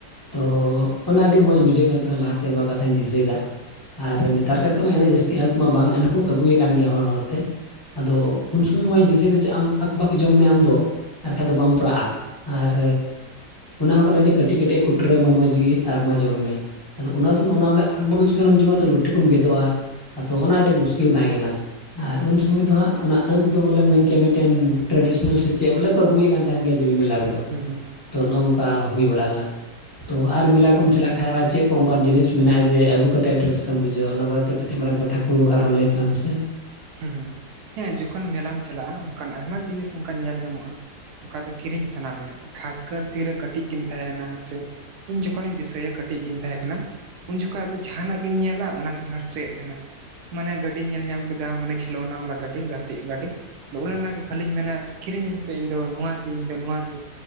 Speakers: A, on the left; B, on the right.
A: ᱛᱚ ᱚᱱᱟ ᱟᱹᱰᱤ ᱢᱚᱸᱡᱽ ᱵᱩᱡᱷᱟᱹᱜ ᱠᱟᱱ ᱛᱟᱦᱮᱱᱟ ᱞᱟᱦᱟᱛᱮ ᱱᱚᱣᱟ ᱠᱟᱛᱷᱟᱧ ᱫᱤᱥᱟᱹᱭᱮᱫᱟ᱾ ᱟᱨ ᱱᱮᱛᱟᱨ ᱠᱟᱛᱮᱫ ᱢᱟ ᱮᱱᱮᱡ ᱡᱟᱹᱥᱛᱤ ᱟᱺᱠ ᱢᱟ ᱵᱟᱝ ᱮᱱᱦᱚ ᱠᱚ ᱟᱹᱜᱩᱭᱮᱫ ᱠᱟᱱ ᱜᱮᱭᱟ ᱦᱚᱲ ᱦᱚᱲᱛᱮ ᱟᱫᱚ ᱩᱱ ᱥᱚᱢᱚᱭ ᱱᱚᱣᱟᱧ ᱫᱤᱥᱟᱹᱭᱟ ᱡᱮ ᱟᱢ ᱟᱠ-ᱵᱟᱠ ᱡᱚᱢ ᱢᱮ ᱟᱢ ᱫᱚ ᱟᱨ ᱵᱟᱠᱷᱟᱡ ᱫᱚ ᱵᱟᱢ ᱯᱟᱲᱟᱜᱼᱟ᱾ ᱟᱨ ᱚᱱᱟ ᱦᱚᱸ ᱠᱟᱱᱟ ᱡᱮ ᱠᱟᱹᱴᱤᱡ-ᱠᱟ. ᱴᱤᱡ ᱮ ᱠᱚᱴᱨᱟᱹᱣᱢᱟ ᱢᱚᱸᱡᱽ ᱜᱮ ᱟᱨ ᱢᱟ ᱡᱚᱢ ᱢᱮ ᱟᱫᱚ ᱚᱱᱟ ᱫᱚ ᱚᱱᱟ ᱵᱚᱞᱮ ᱟᱠ- ᱵᱟᱠ ᱡᱚᱠᱷᱚᱱᱮᱢ ᱡᱚᱢᱟ ᱛᱚ ᱞᱩᱴᱤ ᱠᱚᱢ ᱜᱮᱫᱚᱜᱼᱟ᱾ ᱟᱫᱚ ᱚᱱᱟ ᱟᱹᱰᱤ ᱢᱩᱥᱠᱤᱞ ᱛᱟᱦᱮᱸᱠᱟᱱᱟ ᱟᱨ ᱩᱱ ᱥᱚᱢᱚᱭ ᱫᱚ ᱦᱟᱸᱜ ᱚᱱᱟ ᱟᱺᱠ ᱫᱚ ᱵᱚᱞᱮ ᱢᱮᱱ ᱠᱮᱭᱟ ᱢᱤᱫᱴᱮᱱ ᱴᱨᱟᱰᱤᱥᱚᱱᱟᱞ ᱥᱮ ᱪᱮᱫ ᱵᱚᱞᱮ ᱠᱚ ᱟᱹᱜᱩᱭᱮᱫ ᱠᱟᱱ ᱛᱟᱦᱮᱱ ᱜᱮᱭᱟ ᱫᱮᱵᱤ ᱢᱮᱞᱟ ᱨᱮᱫᱚ
B: ᱦᱩᱸ-ᱦᱩᱸ
A: ᱛᱚ ᱱᱚᱜᱼ ᱱᱚᱝᱠᱟ ᱦᱩᱭ ᱵᱟᱲᱟ ᱞᱮᱱᱟ᱾ ᱛᱚ ᱟᱨ ᱢᱮᱞᱟ ᱠᱚᱢ ᱪᱟᱞᱟᱜ ᱠᱷᱟᱱ ᱟᱨ ᱪᱮᱫ ᱠᱚ ᱚᱱᱠᱟᱱ ᱡᱤᱱᱤᱥ ᱢᱮᱱᱟᱜᱼᱟ ᱡᱮ ᱟᱹᱜᱩ ᱠᱟᱛᱮᱫ ᱟᱹᱰᱤ ᱨᱟᱹᱥᱠᱟᱹᱢ ᱵᱩᱡᱷᱟᱹᱣᱟ ᱚᱱᱟ ᱵᱟᱫ ᱠᱟᱹᱴᱤᱡ ᱢᱟᱨᱟᱝ ᱠᱟᱛᱷᱟ ᱠᱚ ᱟᱨᱦᱚᱸ ᱞᱟᱹᱭ ᱛᱟᱞᱟᱝ ᱢᱮ ᱥᱮ
B: ᱦᱩᱸ-ᱦᱩᱸ ᱦᱮᱸᱻ ᱡᱚᱠᱷᱚᱱ ᱢᱮᱞᱟᱢ ᱪᱟᱞᱟᱜᱼᱟ ᱚᱱᱠᱟᱱ ᱟᱭᱢᱟ ᱡᱤᱱᱤᱥ ᱚᱱᱠᱟ ᱧᱮᱞ ᱧᱟᱢᱚᱜᱼᱟ᱾ ᱚᱠᱟ ᱫᱚ ᱠᱤᱨᱤᱧ ᱥᱟᱱᱟ ᱢᱮᱭᱟ ᱠᱷᱟᱥᱠᱟ. ᱨ ᱛᱤᱨᱮ ᱠᱟᱹᱴᱤᱡ ᱜᱮᱢ ᱛᱟᱦᱮᱱᱟ ᱥᱮ ᱤᱧ ᱡᱚᱠᱷᱚᱱᱤᱧ ᱫᱤᱥᱟᱹᱭᱟ ᱠᱟᱹᱴᱤᱡ ᱜᱤᱧ ᱛᱟᱦᱮᱸ ᱠᱟᱱᱟ᱾ ᱩᱱ ᱡᱚᱠᱷᱚᱡ ᱫᱚ ᱡᱟᱸᱦᱟᱱᱟᱜ ᱜᱤᱧ ᱧᱮᱞᱟ ᱚᱱᱟᱜᱤᱧ ᱦᱟᱹᱨᱥᱟᱹᱭᱮᱫ ᱛᱟᱦᱮᱱᱟ ᱢᱟᱱᱮ ᱜᱟᱹᱰᱤ ᱧᱮᱞ ᱧᱟᱢ ᱠᱟᱛᱮ ᱫᱟ ᱢᱟᱱᱮ ᱠᱷᱤᱞᱳᱱᱟ ᱵᱟᱞᱟ ᱜᱟᱹᱰᱤ ᱜᱟᱛᱮᱜ ᱜᱟᱹᱰᱤ ᱟᱫᱚ ᱚᱱᱮ ᱚᱱᱟᱜᱮ ᱠᱷᱟᱹᱞᱤᱧ ᱢᱮᱱᱟ ᱠᱤᱨᱤᱧᱟᱹᱧ ᱯᱮ ᱤᱧᱫᱚ ᱱᱚᱣᱟᱜᱮ- ᱤᱧᱫᱚ ᱱᱚᱣᱟᱜᱮ